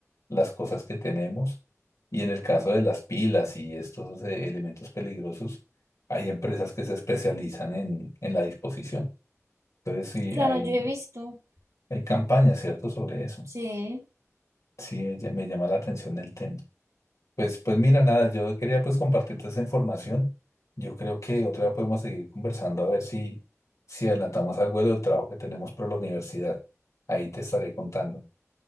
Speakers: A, on the left (about 75°); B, on the right (about 85°).
A: las cosas que tenemos. Y en el caso de las pilas y estos eh, elementos peligrosos, hay empresas que se especializan en, en la disposición. Entonces sí,
B: Claro,
A: hay,
B: yo he visto.
A: hay campañas, ¿cierto?, sobre eso.
B: Sí,
A: Sí, me llama la atención el tema. Pues, pues mira, nada, yo quería pues compartirte esa información. Yo creo que otra vez podemos seguir conversando a ver si, si adelantamos algo de lo del trabajo que tenemos por la universidad. Ahí te estaré contando.